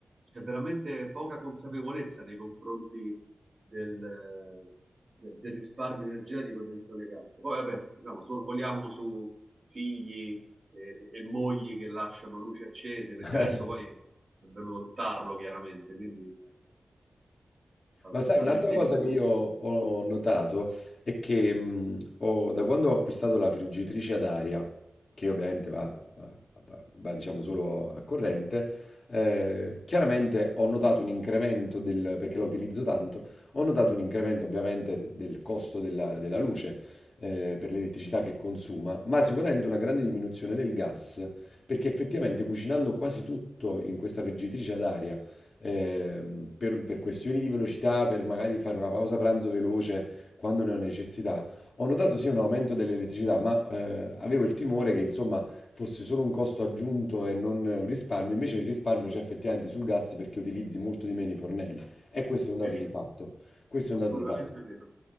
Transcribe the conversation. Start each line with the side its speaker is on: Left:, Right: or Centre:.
Right: C'è veramente poca consapevolezza nei confronti del, del- del risparmio energetico dentro le case. Poi, vabbè, diciamo, sorvoliamo su figli e, e mogli che lasciano luci accese, perché
Left: <laughs>
Right: adesso poi è venuto il tarlo, chiaramente, quindi a-
Left: Ma sai, un'altra
Right: all'inseguimento.
Left: cosa che io ho notato è che mh, ho- da quando ho acquistato la friggitrice ad aria, che ovviamente va, va- va- va, diciamo solo a corrente, eh, chiaramente ho notato un incremento del, perché la utilizzo tanto, ho notato un incremento ovviamente del costo della, della luce, eh, per l'elettricità che consuma, ma sicuramente una grande diminuzione del gas, perché effettivamente cucinando quasi tutto in questa friggitrice ad aria, ehm, per, per questioni di velocità, per magari fare una pausa pranzo veloce quando ne ho necessità, ho notato sì un aumento dell'elettricità, ma eh, avevo il timore che insomma fosse solo un costo aggiunto e non un risparmio. Invece il risparmio c'è effettivamente sul gas perché utilizzi molto di meno i fornelli. E questo è un dato
Right: Verissimo,
Left: di fatto. Questo
Right: assolutamente
Left: è un dato di fatto.
Right: vero.